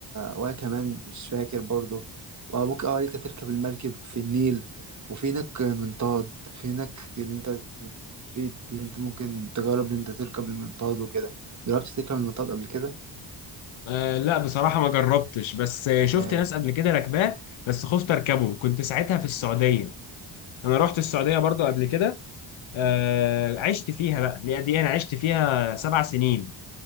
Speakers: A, on the right; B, on the left.
A: وأنا كمان مش فاكر برضو وممكن اه إن أنت تركب المركب في النيل وفي هناك منطاد في هناك اللي أنت في اللي أنت ممكن تجرب إن أنت تركب المنطاد وكده جربت تركب المنطاد قبل كده؟
B: آه لا بصراحه ما جربتش بس آه، شفت
A: آه.
B: ناس قبل كده راكباه بس خفت اركبه كنت ساعتها في السعوديه انا رحت السعوديه برضو قبل كده آه، عشت فيها بقى اللي هي دي انا عشت فيها سبع سنين